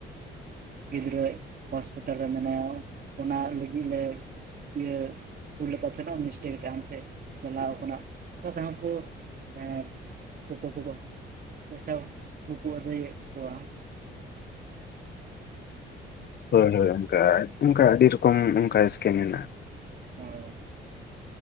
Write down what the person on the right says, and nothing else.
ᱜᱤᱫᱽᱨᱟᱹ ᱦᱚᱥᱯᱤᱴᱟᱞ ᱨᱮ ᱢᱮᱱᱟᱭᱟ ᱚᱱᱟ ᱞᱟᱹᱜᱤᱫ ᱞᱮ, ᱤᱭᱟᱹ ᱠᱩᱞ ᱞᱮᱠᱟ ᱛᱟᱦᱮᱱᱟ ᱢᱤᱥᱴᱮᱠ ᱟᱢ ᱴᱷᱮᱱ ᱪᱟᱞᱟᱣ ᱟᱠᱟᱱᱟ᱾ ᱚᱱᱠᱟ ᱛᱮᱦᱚᱸ ᱠᱚ ᱮ ᱠᱚᱠᱚ ᱯᱚᱥᱟ ᱠᱚᱠᱚ ᱟᱹᱫᱩᱭᱮᱫ ᱠᱚᱣᱟ᱾
ᱦᱳᱭ